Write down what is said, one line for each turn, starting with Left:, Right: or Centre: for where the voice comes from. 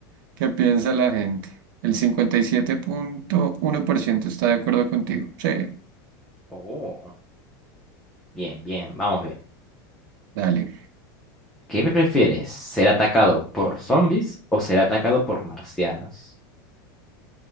Right: qué piensa la gente. El 57.1% está de acuerdo contigo. Sí,
Centre: Oh, bien, bien, vamos bien.
Right: dale.
Centre: ¿Qué prefieres? ¿Ser atacado por zombies o ser atacado por marcianos?